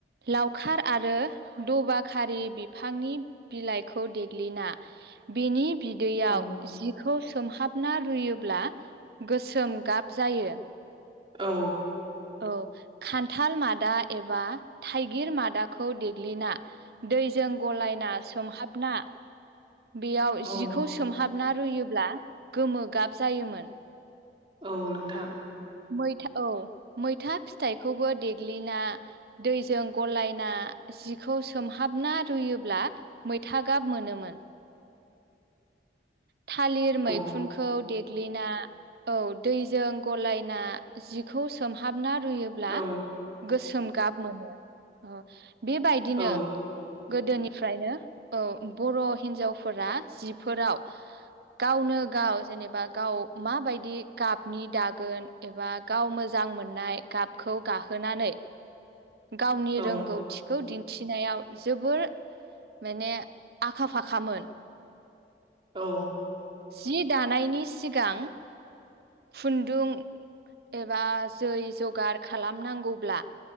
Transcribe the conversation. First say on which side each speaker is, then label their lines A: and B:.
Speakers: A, on the right; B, on the right.
A: लावखार आरो दबाखारि बिफांनि बिलाइखौ देग्लिना ना बिनि बिदैयाव
B: औ
A: जि -खौ सोमहाबना रुयोब्ला गोसोम गाब जायो।
B: औ।
A: औ खान्थाल मादा एबा थाइगिर मादाखौ देग्लिना दै जों गलायना सोमहाबना बेयाव
B: औ
A: जिखौ सोमहाबना रुयोब्ला गोमो गाब जायोमोन।
B: औ नोंथां।
A: मैथा औ मैथा फिथाइखौबो देग्लिना दैजों गलायना जिखौ सोमहाबना रुयोब्ला मैथा गाब मोनोमोन। थालिर मैखुनखौ
B: औ
A: देग ग्लिना औ दैजों गलायना जि सोमहाबना रुयोब्ला
B: औ
A: गोसोम गाब मोनो। ओ बेबायदिनो
B: औ
A: गोदोनिफ्रायनो औ बर' हिन्जावफोरा जिफोराव गावनो गाव जेनेबा गाव माबायदि गाबनि दागोन एबा गाव मोजां -जां मोननाय गाबखौ गाहोनानै गावनि
B: औ
A: रोंगौथिखौ दि -नथिनायाव जोबोर माने आखा फाखामोन।
B: औ
A: जि दानायनि सिगां खुन्दुं एबा जै जगार खालामनांगौब्ला